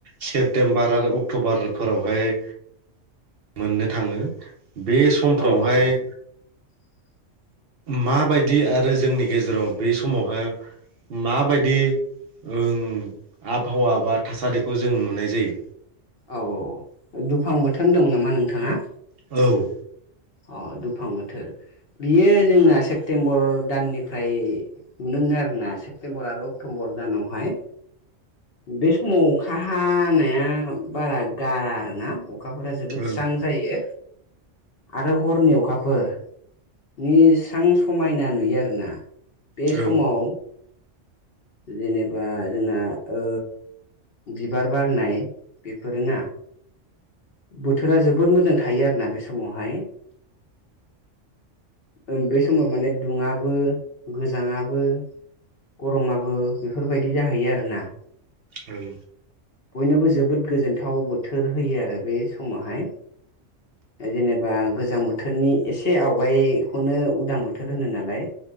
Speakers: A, on the right (about 55°); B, on the left (about 55°).
A: सेप्तेम्बार आरो अक्ट'बारफोरावहाय मोननो थाङो। बे समफ्रावहाय
B: औ नंगौ <inaudible> <inaudible>
A: माबायदि आरो जोंनि गेजेराव बे समावहाय माबायदि ओम आबहावा बा थासारिखौ जों नुनाय जायो?
B: औ दुफां बोथोर होन्दोंमोन नामा नोंथाङा?
A: औ
B: अ दुफां बोथोर। बियो जोंना सेप्तेम्बर दाननिफ्राय नुनो मोनो आरो ना सेप्तेम्बर आरो अक्ट'बर दानावहाय। बे समाव अखा हानाया बारा गारा आरो ना। अखाफोरा
A: ओं
B: जोबोद स्रां जायो। आरो हरनि अखाफोर नि स्रां समायना नुयो आरोना। बे
A: औ
B: समाव जेनेबा जोंना ओ बिबार बारनाय बेफोरोना बोथोरा जोबोद मोजां थायो आरोना बे समावहाय। ओं बे समाव माने दुङाबो गोजाङाबो गर'माबो बेफोरबायदि जाहैयो आरो ना।
A: ओं
B: बयनोबो जोबोद गोजोनथाव बोथोर होयो आरो बे समावहाय। जेनेबा गोजां बोथोरनि एसे आवगायखौनो उदां बोथोर होनो नालाय।